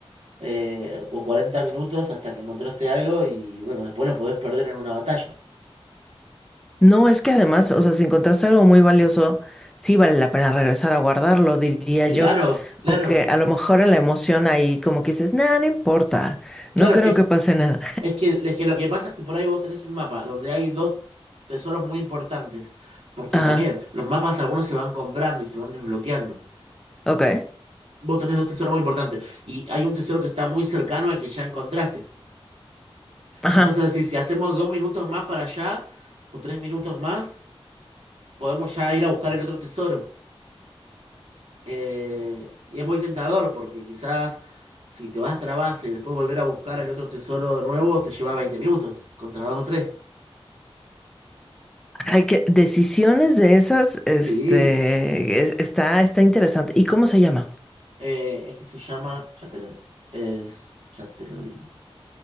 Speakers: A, on the right; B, in the centre.
A: eh, o 40 minutos hasta que encontraste algo y bueno, después lo podés perder en una batalla.
B: No, es que además, o sea, si encontraste algo muy valioso, sí vale la pena regresar a guardarlo, diría
A: Claro,
B: yo.
A: claro,
B: Aunque a lo mejor en la emoción ahí como que dices, nada, no importa,
A: claro.
B: no creo
A: Es,
B: que pase nada.
A: es que, es que lo que pasa es que por ahí vos tenés un mapa donde hay dos tesoros muy importantes, porque
B: Ajá,
A: también los mapas algunos se van comprando y se van desbloqueando.
B: ok.
A: Vos tenés dos tesoros muy importantes y hay un tesoro que está muy cercano al que ya encontraste.
B: Ajá,
A: Entonces, si, si hacemos dos minutos más para allá o tres minutos más, podemos ya ir a buscar el otro tesoro. Eh, y es muy tentador porque quizás si te vas hasta la base y después volver a buscar el otro tesoro de nuevo, te lleva veinte minutos contra dos o tres.
B: Hay que decisiones de esas, este,
A: Sí,
B: es- está, está interesante. ¿Y cómo se llama?
A: Eh, ese se llama, ya te lo, es- ya te lo digo.